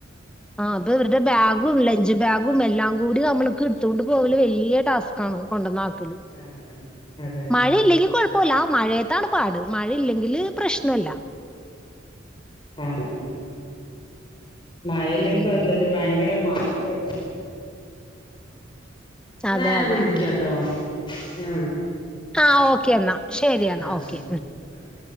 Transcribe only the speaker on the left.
ആഹ് അതന്നെ
ആഹ് ആഹ് മഴയില്ലെങ്കിൽ
കൊഴപ്പില്ല ഇത് ഭയങ്കര മഴ ല്ലെ എന്നാ
ഞാൻ
വിളിക്കാട്ടോ
ഞാൻ വിളിക്ക
ആഹ്
ശരി
ആഹ്